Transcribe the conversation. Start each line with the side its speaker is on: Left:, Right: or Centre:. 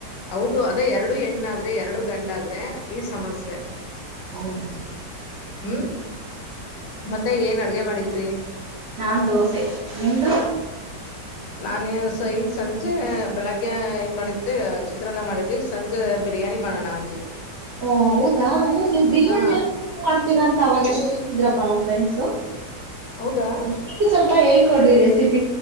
Left: ಹೌದು ಅದೇ ಎರಡು ಹೆಣ್ಣಾದ್ರೆ ಎರಡು ಗಂಡಾದ್ರೆ. ಈ ಸಮಸ್ಯೆ
Right: ಹೌದು
Left: ಹ್ಮ್. ಮತ್ತೆ ಏನ್ ಅಡ್ಗೆ ಮಾಡಿದ್ರಿ.
Right: ನಾನ್ ದೋಸೆ ನಿಮ್ದು.
Left: ನಾನೇ ಸ ಈಗ ಸಂಜೆ ಬೆಳಗ್ಗೆ ಏನ್ ಮಾಡಿದ್ದೆ ಚಿ. ಚಿತ್ರನ ಮಾಡಿದೇ ಸಂಜೆ ಬಿರಿಯಾನಿ ಮಾಡೋಣ ಅಂತಿದೀನಿ.
Right: ಓ ಹೌದಾ ಹು ನೀವ್ ಬಿರಿಯಾನಿ
Left: ಹಾ
Right: ಎಲ್ಲ ಚೆನ್ನಾಗ್ ಮಾಡ್ತೀರಾ ಅಂತ ಅವಾಗೆಲ್ಲ ಹೇಳ್ ಇದ್ರಪ್ಪ ನಮ್ ಫ್ರಂಡ್ಸ
Left: ಹೌದಾ
Right: ನನಿಗೆ ಸ್ವಲ್ಪ ಹೇಳ್ಕೊಡ್ರಿ ರೆಸಿಪಿ